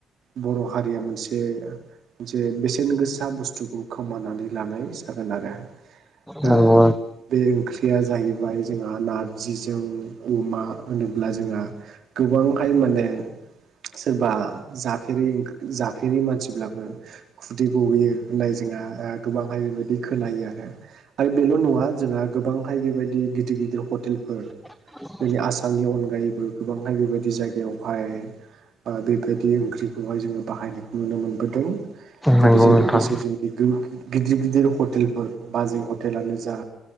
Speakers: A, on the right (about 65°); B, in the centre.
A: बर' हारिया मोनसे मोनसे बेसेन गोसा बुस्थुखौ खोमानानै लानाय जागोन आरो। ओ
B: नंगौ
A: बे ओंख्रिया जाहैबाय जोंहा नार्जिजों अमा होनोब्ला जोंहा गोबांहाय माने सोरबा जाफेरै जाफेरै मानसिब्लाबो खुदै गहोयो होननाय जों गोबांहाय बेबायदि खोनायो आरो आरो बेल' नङा जोंहा गोबांहाय बेबायदि गिदिर गि दिर हटेलफोर
B: <inaudible>
A: जोंनि आसामनि अनगायैबो गोबांहाय बेबायदि जायगायावहाय ओ बेबायदि ओंख्रिखौहाय जोङो बाहायनायखौ नुनो मोनबोदों। दा
B: नंगौ
A: बेजों
B: नोंथां
A: लोगोसे जोंनि गो गिदिर गिदिर हटेलफोर बाजै हटेलानो जा